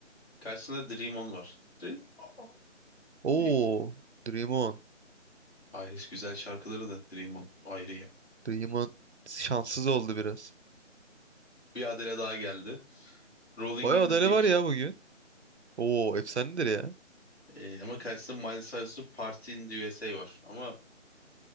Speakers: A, on the left; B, on the right.
A: Karşısında Dream On var. Dream On.
B: Oo.
A: <laughs>
B: Dream On.
A: Iris güzel şarkıları da Dream On ayrı ya.
B: Dream On şanssız oldu biraz.
A: <laughs> Bir Adele daha geldi. Rolling
B: Bayağı
A: in
B: adale
A: the Deep.
B: var ya bugün. Oo efsanedir ya.
A: Ee, ama karşısında Miley Cyrus'un Party in the USA var. Ama